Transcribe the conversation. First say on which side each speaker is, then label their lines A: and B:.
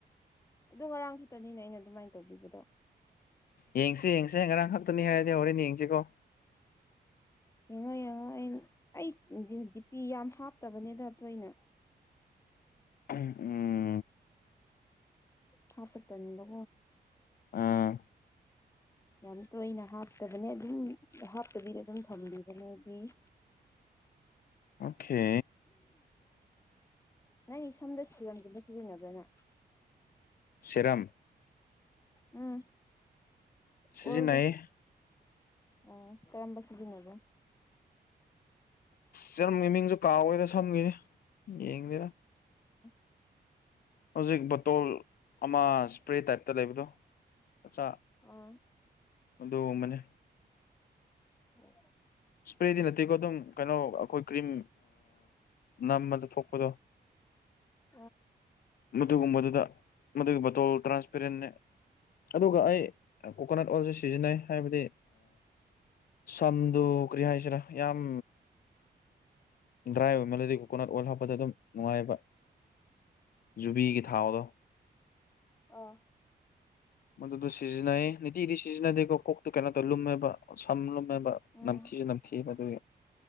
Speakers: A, on the left; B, on the left.
A: ꯑꯗꯨ ꯉꯔꯥꯡ ꯈꯛꯇꯅꯤꯅꯦ ꯑꯩꯅ ꯑꯗꯨꯃꯥꯏꯅ ꯇꯧꯕꯤꯕꯗꯣ
B: ꯌꯦꯡꯁꯤ ꯌꯦꯡꯁꯦ ꯉꯔꯥꯡ ꯈꯛꯇꯅꯤ ꯍꯥꯏꯔꯗꯤ ꯍꯣꯔꯦꯟ ꯌꯦꯡꯁꯤꯀꯣ
A: ꯌꯦꯡꯉꯣ ꯌꯦꯡꯉꯣ ꯑꯩ ꯗꯤꯄꯤ ꯌꯥꯝ ꯍꯥꯞꯇꯕꯅꯤꯗ ꯇꯣꯏꯅ <inaudible>
B: ꯎꯝ
A: ꯁꯥꯄ ꯇꯅꯤꯡꯗꯣ
B: ꯑꯥ
A: ꯌꯥꯝ ꯇꯣꯏꯅ ꯍꯥꯞꯇꯕꯅꯦ ꯑꯗꯨꯝ ꯍꯥꯞꯄꯕꯤꯗ ꯑꯗꯨꯝ ꯊꯝꯕꯤꯒꯅꯦ ꯑꯩꯗꯤ <inaudible>
B: ꯑꯣꯀꯦ
A: ꯅꯪ ꯁꯝꯗ ꯁꯤꯔꯝꯒꯨꯝꯕ ꯁꯤꯖꯤꯅꯕꯔꯥ ꯅꯪ
B: ꯁꯤꯔꯝ
A: ꯎꯝ
B: ꯁꯤꯖꯤꯟꯅꯩꯌꯦ
A: ꯑꯣꯏꯜꯗꯣ ꯑꯣ ꯀꯔꯝꯕꯁꯨꯗꯤꯉꯒꯣ
B: ꯆꯔꯝꯒꯤ <inaudible> ꯃꯤꯡꯁꯨ ꯀꯥꯎꯦꯗ ꯁꯝꯈꯤꯅꯤ ꯌꯦꯡꯗꯦꯗ
A: ꯎ <unintelligible>
B: ꯍꯧꯖꯤꯛ ꯕꯣꯇꯣꯜ ꯑꯃ ꯏꯁꯄ꯭ꯔꯦ ꯇꯥꯏꯞꯇ ꯂꯩꯕꯗꯣ ꯃꯆꯥ
A: ꯑ
B: ꯑꯗꯨꯒꯨꯝꯕꯅꯤ
A: ꯎꯝ
B: ꯏꯁꯄ꯭ꯔꯦꯗꯤ ꯅꯠꯇꯦꯀꯣ ꯑꯗꯨꯝ ꯀꯩꯅꯣ ꯑꯩꯈꯣꯏ ꯀ꯭ꯔꯤꯝ ꯅꯝꯃꯗ ꯊꯣꯛꯄꯗꯣ
A: <unintelligible>
B: ꯃꯗꯨꯒꯨꯝꯕꯗꯨꯗ ꯃꯗꯨꯒꯤ ꯕꯇꯣꯜ ꯇ꯭ꯔꯥꯟꯁꯄꯦꯔꯦꯟꯅꯦ ꯑꯗꯨꯒ ꯑꯩ ꯀꯣꯀꯣꯅꯠ ꯑꯣꯏꯜꯁꯨ ꯁꯤꯖꯤꯟꯅꯩ ꯍꯥꯏꯕꯗꯤ ꯁꯝꯗꯨ ꯀꯔꯤ ꯍꯥꯏꯁꯤꯔꯥ ꯌꯥꯝ ꯗ꯭ꯔꯥꯏ ꯑꯣꯏꯃꯦꯂꯗꯤ ꯀꯣꯀꯣꯅꯠ ꯑꯣꯏꯜ ꯍꯥꯞꯄꯗ ꯑꯗꯨꯝ ꯅꯨꯡꯉꯥꯏꯕ ꯖꯨꯕꯤꯒꯤ ꯊꯥꯎꯗꯣ
A: ꯑꯣ
B: ꯃ ꯁꯤꯖꯅꯏ ꯅꯇꯗꯤ ꯁꯤꯖꯅꯗꯤ ꯀ ꯀꯣꯛꯇꯨ ꯀꯩꯅꯣ ꯇꯧ ꯂꯨꯝꯃꯦꯕ ꯁꯝ ꯂꯨꯝꯃꯦꯕ
A: ꯎꯝ
B: ꯐꯗꯨ